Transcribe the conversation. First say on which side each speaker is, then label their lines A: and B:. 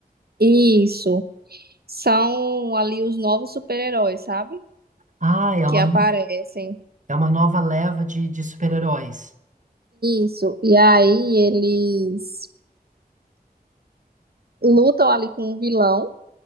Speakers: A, on the right (about 75°); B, on the right (about 50°).
A: Isso. São ali os novos super-heróis, sabe?
B: Ai, é
A: Que
B: uma,
A: aparecem.
B: é uma nova leva de, de super-heróis.
A: Isso. E aí eles lutam ali com um vilão.